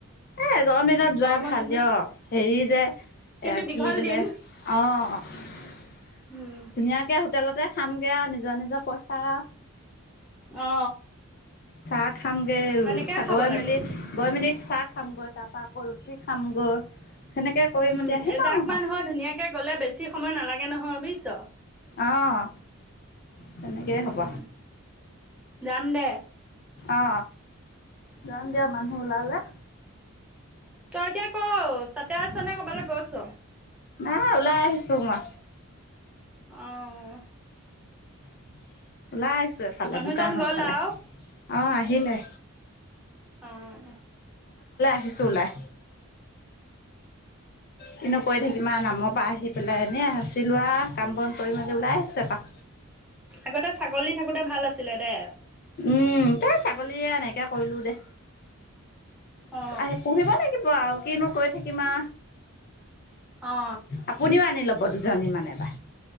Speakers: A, on the left; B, in the centre.
A: এ গৰম দিনত যোৱাই
B: গৰমৰ
A: ভাল
B: দিনত
A: দিয়। হেৰি যে। এ
B: কিন্তু দীঘল
A: কি বোলে
B: দিন
A: অ ধুনীয়াকে
B: উম
A: হোটেলতে। খামগে আৰু নিজৰ নিজৰ পইচা আ।
B: অ।
A: চাহ খামগে
B: সেনেকে
A: চাগৈ
B: খাব লাগে
A: মেলি গৈ মেলি চাহ। খামগৈ তাপা আকৌ ৰুটি খামগৈ। সেনেকে কৰি
B: উম
A: মেলি আহিম
B: এজাক
A: আৰু
B: মান হৈ ধুনীয়াকে গ'লে বেছি সময় নালাগে- গে নহয় বুইছ।
A: অহ তেনেকে
B: উম
A: হ'ব।
B: যাম দে
A: অ যাম দিয়া মানুহ ওলালে।
B: তই এতিয়া ক'ত তাতে আছ নে কৰবালৈ গৈছ?
A: নাই ওলাই আহিছোং আ।
B: অহ।
A: <inaudible> ওলাই আহিছো এফালে
B: মানুহজন
A: দোকানৰফালে।
B: গ'ল আৰু
A: অঁ আহিলে।
B: অঁ।
A: আহিছো ওলাই। কিনো কৈ থাকিম আৰু নামৰ পৰা আহি পেলাই এনেই আচিলো আও। কাম বন কৰি মেলি ওলাই আহিছো এপাক।
B: আগতে ছাগলী থাকোঁতে ভাল আছিলে দে।
A: উম তে ছাগলীয়ে এনেকৈ কৰিলোঁ দে।
B: অ
A: আহি পঢ়িব লাগিব আও কিনো কৈ থাকিম আ
B: অ
A: আপুনিও আনি লব। ব দুজনীমান এবা